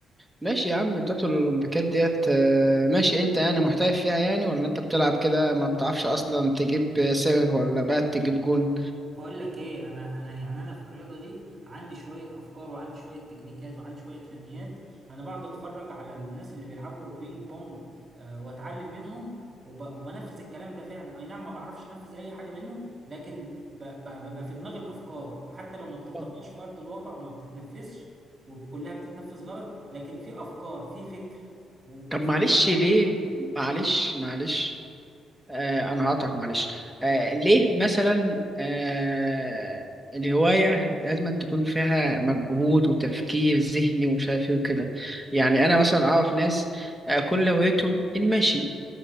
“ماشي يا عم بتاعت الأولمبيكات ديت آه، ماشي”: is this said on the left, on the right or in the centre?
Centre